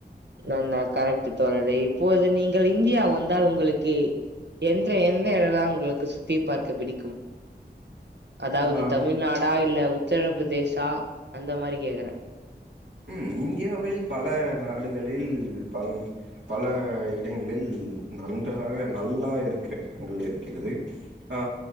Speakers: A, on the right; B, on the right.
A: நா நா கரெட்டு தோழரே இப்போது நீங்கள் இந்தியா வந்தால் ஒங்ளுக்கு எந்த என்ன எலாம் ஒங்ளுக்கு சுத்தி பார்க்க பிடிக்கும் அதாவது
B: ஆ
A: தமிழ்நாடா இல்ல உத்தரப்பிரதேசா அந்த மாதிரி கேக்கறே
B: ம் இந்தியாவில் பல நாடுகளில் பல பல இடங்களில் நன்றாக நல்லா இருக்கிற இடங்கள் இருக்கிறது ஆ